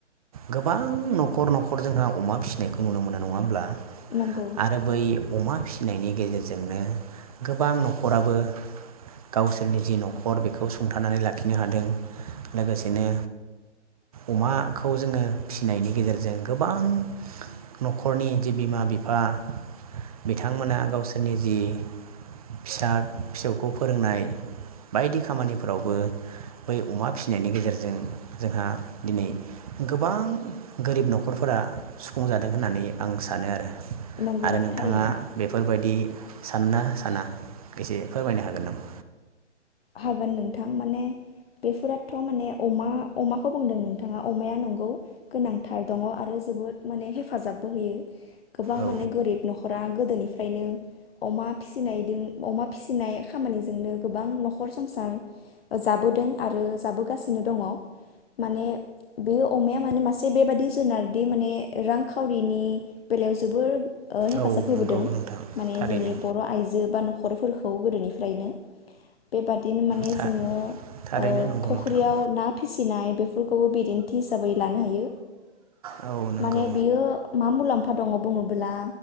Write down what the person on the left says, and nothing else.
नंगौ
नंगौ
थारैनो
हागोन नोंथां माने बेफोराथ' माने अमा अमाखौ बुंदों नोंथाङा अमाया नंगौ गोनांथार दङ आरो जोबोद माने हेफाजाबबो होयो। गोबां
माने गोरिब न'खरा गोदोनिफ्राय ओमफ्रायनो अमा फिसिनायजोंदों अमा फिसिनाय खामानिजोंनो गोबां न'खर न'खर संसार ओ जाबोदों आरो जाबोगासिनो दङ। माने बे अमाया माने मासे बेबादि जुनारदि माने रांखावरिनि बेलायाव जोबोर हेफाजाब
होबोदों।
माने
जोंनि बर' आइजो बा न'खरफोरखौ गोदोनिफ्रायनो बेबादिनो माने
जोंङो
ओ
फुख्रियाव
ना फिसि फिनाय बेफोरखौबो बिदिन्थि हिसाबै लानो हायो
माने बियो मा मुलाम्फा दङ बुङोब्ला